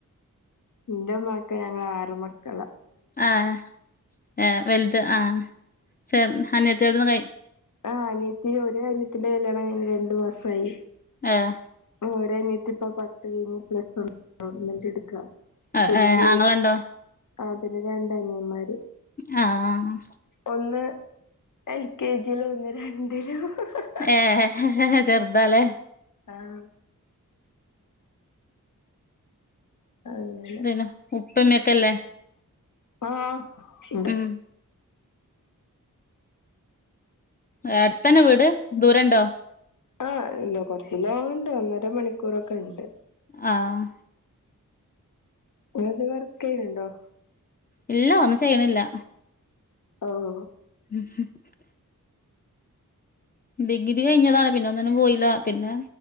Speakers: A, on the left; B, on the left.
A: ന്റെ മ്മാക്ക് ഞങ്ങളാറ് മക്കള.
B: ആഹ് ഏ വെൽത് ആഹ് ചെർ അനിയത്ത്യാൾതൊന്നും കൈ
A: ആഹ് അനിയത്തി ഒരു അന്യത്തിന്റെ കല്യാണം കൈഞ്ഞ് രണ്ട് മാസായി.
B: ആഹാ
A: പോ ഓരനിയത്തി ഇപ്പ പത്ത് കയിഞ്ഞ് പ്ലസ് വണ്ണ് ഇട്ക്കാ
B: ഏഹ്
A: പിന്നെ
B: ഏഹ് ആങ്ങളുണ്ടോ
A: ആഹ പിന്നെ രണ്ടനിയന്മാര്
B: ആഹ ആഹ
A: ഒന്ന് എൽ കെ ജിലും ഒന്ന് രണ്ടിലും ഹ ഹ ഹ
B: ഏഹ് ഹേ ചെർതാലേ.
A: ആഹ് അങ്ങ
B: ന്നെ ഉപ്പിം ഉമ്മിം ഒക്കെല്ലേ.
A: ആഹ് ഇണ്ട്.
B: ഉം അട്ത്തന്നെ വീട്? ദൂരണ്ടോ.
A: ആഹ് ഇണ്ട് കൊർച്ച് ലോങ്ങ് ണ്ട്. ഒന്നര മണിക്കൂറൊക്കെ ണ്ട്.
B: ആഹ്
A: ഇങ്ങളെന്തേം വർക്കെയ്യ്ണ് ണ്ടോ?
B: ഇല്ല ഒന്നും ചെയ്യ്ണില്ല.
A: ഓഹ്.
B: <unintelligible> ഡിഗ്രി കഴിഞ്ഞതാണ്. പിന്നെ ഒന്നിനും പോയില്ല. പിന്നെ